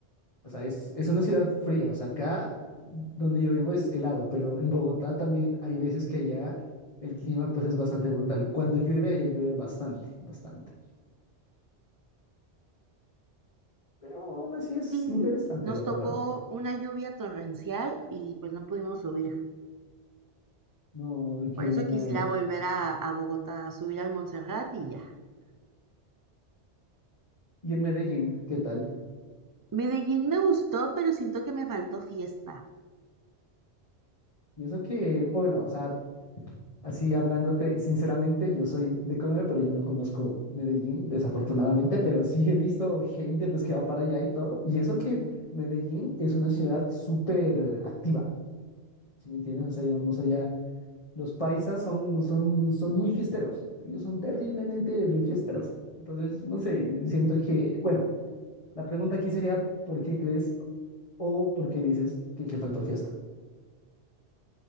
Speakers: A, on the left (about 30°); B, on the right (about 35°).
A: O sea, es, es una ciudad fría. O sea, acá donde yo vivo es helado, pero en Bogotá también hay veces que allá el clima pues es bastante brutal. Cuando llueve, allá llueve bastante, bastante. Pero aún así es
B: Sí,
A: interesante,
B: nos
A: la verdad.
B: tocó una lluvia torrencial y pues no pudimos subir.
A: No, qué
B: Por eso
A: malas.
B: quisiera volver a, a Bogotá, a subir al Monserrate
A: Mm.
B: y ya.
A: Y en Medellín, ¿qué tal?
B: Medellín me gustó, pero siento que me faltó fiesta.
A: Y eso que, bueno, o sea, así hablándote, sinceramente, yo soy de Colombia, pero yo no conozco Medellín, desafortunadamente, pero sí he visto gente pues que va para allá y todo. Y eso que Medellín es una ciudad súper activa, ¿sí me entiendes? O sea, digamos allá, los paisas son, son, son muy fiesteros, ellos son terriblemente de fiesteros. Entonces, no sé, siento que, bueno, la pregunta aquí sería, ¿por qué crees? o porque dices que te faltó fiesta.